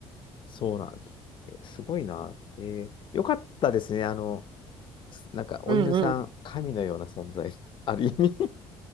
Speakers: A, on the left; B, on the right.
A: そうなんだ。えすごいな。ええよかったですね。あの、なんか、お犬さん、
B: うんうん。
A: 神のような存在、<laughs> ある意味